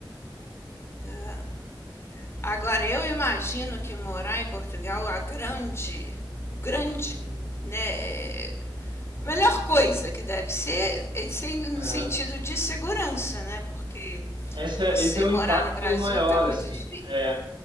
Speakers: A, on the left; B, on the right.
A: é. Agora, eu imagino que morar em Portugal, a grande, o grande,
B: Hum.
A: né, a melhor coisa que deve ser, é ser no
B: Aham.
A: sentido de segurança, né? Porque
B: Esse
A: você
B: é, esse é o
A: morar
B: impacto
A: no Brasil
B: maior,
A: tá muito
B: assim.
A: difícil.
B: É,